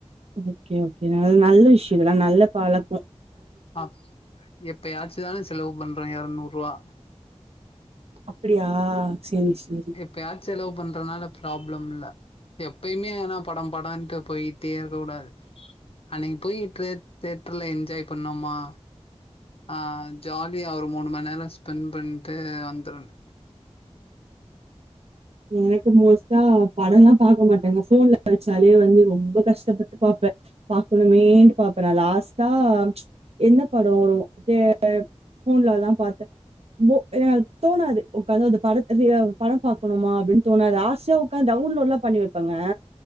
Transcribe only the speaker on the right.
ஓகே ஓகே அது நல்ல விஷ்யோ அதல்லா நல்ல பழக்கோ
அப்படியா செரி செரி
எனக்கு மோஸ்ட்டா படம்லா பாக்க மாட்டேங்க போன்ல வச்சாலே வந்து ரொம்ப கஷ்டப்பட்டு பாப்பே பாக்கணுமேன்டு பாப்பே நா லாஸ்ட்டா ச் என்ன டோ தேட் போன்லதா பாத்த போ எ தோணாது உக்காந்து அந்த படத்த ப்ரியா படம் பாக் பாக்கனுமா அப்டினு தோணாது ஆசயா உக்காந்து டௌன்லோட்லா பண்ணி வெப்பங்க